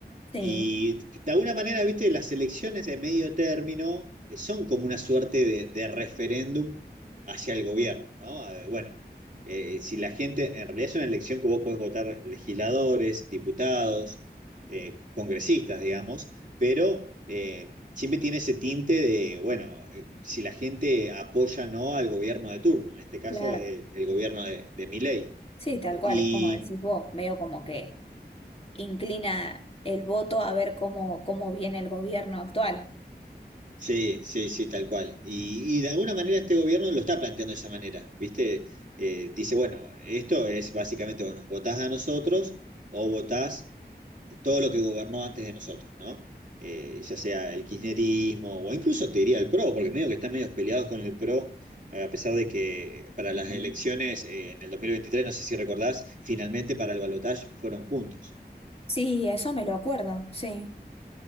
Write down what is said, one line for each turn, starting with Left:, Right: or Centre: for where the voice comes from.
Left: Sí,
Right: y de alguna manera, viste, las elecciones de medio término eh, son como una suerte de, de referéndum hacia el gobierno, ¿no? Eh, bueno, eh, si la gente, en realidad es una elección que vos podés votar legisladores, diputados, eh, congresistas, digamos, pero eh, siempre tiene ese tinte de, bueno, eh, si la gente apoya o no al gobierno de turno, en este caso
Left: claro.
Right: es el, el gobierno de, de Milei.
Left: Sí, tal
Right: Y
Left: cual, es como decís vos, medio como que inclina el voto a ver cómo, cómo viene el gobierno actual.
Right: Sí, sí, sí, tal cual. Y, y de alguna manera este gobierno lo está planteando de esa manera, ¿viste? Eh, dice, bueno, esto es básicamente, bueno, votás a nosotros o votás todo lo que gobernó antes de nosotros, ¿no? Eh, ya sea el kirchnerismo o incluso te diría el PRO, porque medio que están medio peleados con el PRO, eh, a pesar de que para las elecciones eh, en el 2023 no sé si recordás, finalmente para el balotaje fueron juntos.
Left: Sí, eso me lo acuerdo, sí.